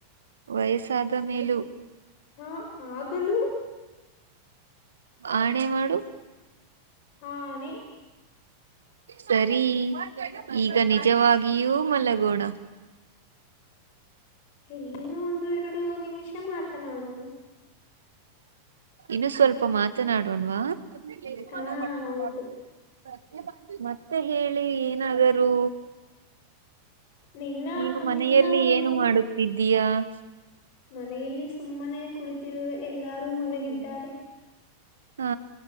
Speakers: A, on the right; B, on the left.
A: ವಯಸ್ಸಾದ ಮೇಲು
B: ಹಾ ಆಗಲು
A: ಆಣೆ ಮಾಡು
B: ಆನೆ
A: ಸರಿ ಈಗ ನಿಜವಾಗಿಯೂ ಮಲಗೋಣ
B: ಇಲ್ಲಿನ್ನು ಒಂದು ಎರಡು ನಿಮಿಷ ಮಾತನಾಡೋಣ
A: ಇನ್ನು ಸ್ವಲ್ಪ ಮಾತನಾಡೋಣ್ವಾ <unintelligible>
B: ಹಾ ಹೌದು
A: ಮತ್ತೆ ಹೇಳಿ ಏನಾದರು
B: ನಿನ್ನ
A: ನೀನು ಮನೆಯಲ್ಲಿ
B: ನಿನ್ನ ಒಂದು
A: ಏನು ಮಾಡುತ್ತಿದ್ದೀಯಾ <inaudible>
B: ಮನೆಯಲ್ಲಿ ಸುಮ್ಮನೆ ಕುಳಿತಿರುವೆ ಎಲ್ಲರೂ ಮಲಗಿದ್ದಾರೆ
A: ಹಾ